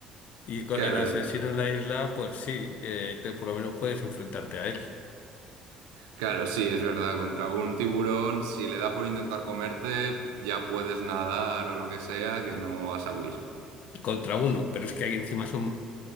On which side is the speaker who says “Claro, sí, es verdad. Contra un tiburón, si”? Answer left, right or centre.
Right